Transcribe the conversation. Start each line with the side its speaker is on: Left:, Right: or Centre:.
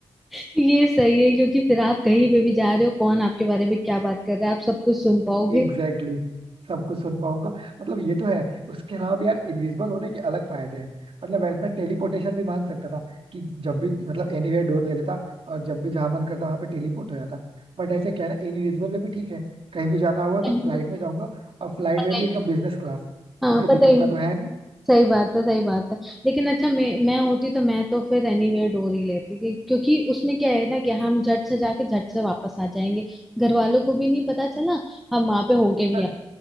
Centre: <laughs> ये सही है क्योंकि फिर आप कहीं पे भी जा रहे हो कौन आपके बारे में क्या बात कर रहा है आप सब कुछ सुन पाओगे
Right: Exactly exactly. सब कुछ सुन पाऊंगा मतलब ये तो है उसके अलावा भी यार इनविजिबल होने के अलग फायदे हैं मतलब ऐसे मैं टेलीपोर्टेशन भी मांग सकता था कि जब भी मतलब एनीवेयर डोर ले लेता और जब भी जहां मन करता वहां पे टेलीपोर्ट हो जाता बट ऐसे क्या है ना इनविजिबल में भी ठीक है कहीं भी जाना हुआ तो
Centre: कहीं
Right: फ्लाइट
Centre: भी
Right: में जाऊंगा और फ्लाइट
Centre: पता
Right: में
Centre: ही
Right: भी
Centre: नहीं
Right: एकदम बिजनेस क्लास
Centre: चलता।
Right: क्योंकि
Centre: हाँ पता
Right: दिखूंगा
Centre: ही नहीं।
Right: तो है नहीं
Centre: सही बात है सही बात है लेकिन अच्छा मैं मैं होती तो मैं तो फिर एनीवेयर डोर ही लेती कि- क्योंकि उसमें क्या है ना कि हम झट से जाके झट से वापस आ जाएंगे घर वालों को भी नहीं पता चला हम वहां पे होके भी
Right: <laughs>
Centre: आ